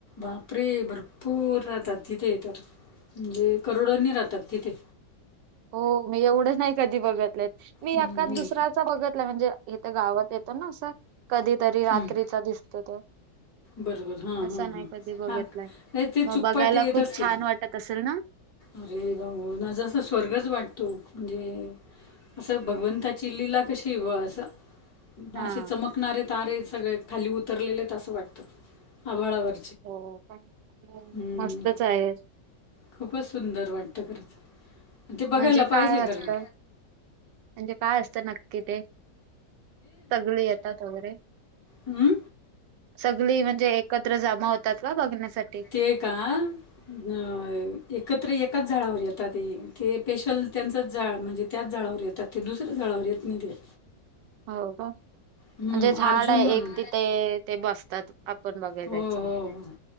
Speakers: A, on the left (about 60°); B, on the right (about 85°).
A: बापरे! भरपूर राहतात तिथे तर म्हणजे करोडोनी राहतात तिथे.
B: हो, मी एवढंच नाही कधी बघतलेत, मी
A: हम्म.
B: एकाद दुसऱ्याचा बघतला म्हणजे इथ गावात येतं ना असं कधीतरी रात्रीचा
A: हम्म.
B: दिसतो तो.
A: बरोबर, हा हा
B: असा नाही
A: हा.
B: कधी बघितलाय
A: हाका नाही, ते
B: मग
A: चुकपाट
B: बघायला
A: येत
B: खूप
A: असतील.
B: छान वाटत असेल ना
A: अरे भाऊ माझ अस स्वर्गच वाटतो, म्हणजे असं भगवंताची लीला कशी आहे व असं.
B: हा.
A: असे चमकणारे तारे सगळे खाली उतरलेले आहेत असं वाटतं, आभाळावर
B: हो पण हो,
A: हम्म.
B: मस्तच आहे
A: खूपच सुंदर वाटतं खरंचं, ते बघायला
B: म्हणजे काय
A: पाहिजे कारण
B: असतं. म्हणजे काय असतं नक्की ते? सगळी येतात वगैरे
A: हम्म.
B: सगळी म्हणजे एकत्र जमा होतात का बघण्यासाठी?
A: हे का अ एकत्र एकाच झाडावर येतात ते, ते स्पेशल त्यांचंच झाड म्हणजे त्याच झाडावर येतात. ते दुसऱ्या झाडावर येत नाही तेे.
B: हो का? म्हणजे
A: हं,
B: झाड
A: अर्जुन
B: आहे
A: म्हणून
B: एक तिथे ते बसतात आपण बघाय
A: हो
B: जायचं
A: हो
B: मग
A: हो